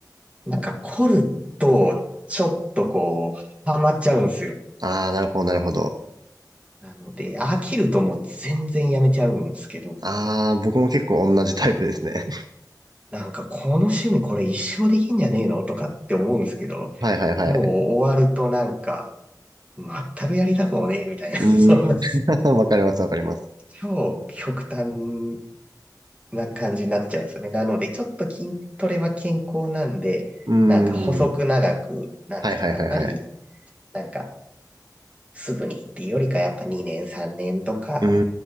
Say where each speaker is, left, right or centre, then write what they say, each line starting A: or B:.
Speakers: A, on the right; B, on the right.
A: なんか凝ると、ちょっとこう、ハマっちゃうんですよ。
B: ああ、なるほど、なるほど。
A: なので、飽きるともう全然やめちゃうんですけど、
B: ああ、僕も結構同じタイプですね。
A: なんかこの趣味これ一生できんじゃねえのとかって思うんですけど、
B: <laughs> はいはいはい。
A: もう終わるとなんか、全くやりたくもねえみたいな、
B: うーん。
A: <laughs> そんな、
B: <laughs> わかります、わかります。
A: 超極端な感じになっちゃうんですよね。なので、ちょっと筋トレは健康なんで、
B: うー
A: なんか細く長く、
B: ん。
A: なんかやっぱり、
B: はいはいはいはい。
A: なんかすぐにっていうよりかやっぱ2年3年とか
B: うー